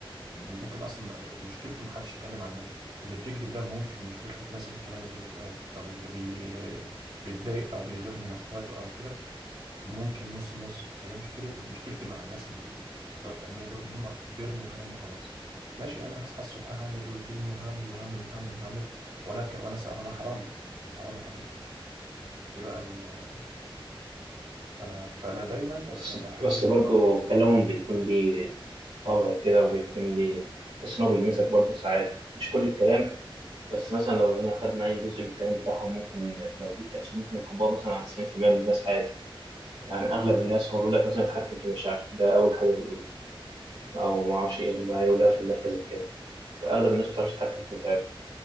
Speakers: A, on the right; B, on the right.
A: ممكن اصلا مشكلته محدش يتكلم عنها اللي بيكذب ده ممكن مشكلته تناسب الكلام اللي بيتقال طب اللي بي... بيتضايق او بيغير من اخواته او كده ممكن نص نص هي مشكلة مشكلتي مع الناس اللي بتوع التنمية دول إن هم بيرموا كلام وخلاص ماشي أنا هصحى الصبح هعمل روتين وهعمل وهعمل وهعمل وهعمل وأنا ك... وأنا س... أنا حرام أنا حرام يا حضرتك إيه بقى ال... ف... فأنا دايما ب-
B: بس
A: بحب
B: بس
A: ال...
B: برضه كلامهم بيكون ليه طابع كده وبيكون ليه تحس إن هو بيلمسك برضه ساعات مش كل الكلام بس مثلا لو هنا خدنا أي جزء من الكلام بتاعهم ممكن لو جيت تحسب ممكن نطبقه مثلا على 90% من الناس عادي يعني أغلب الناس هو بيقول لك مثلا اتحكم في مشاعرك ده أول حاجة بيقولوها أو ما أعرفش إيه ما يقولها في المركز الكام أغلب الناس ما بتعرفش تتحكم في مشاعرها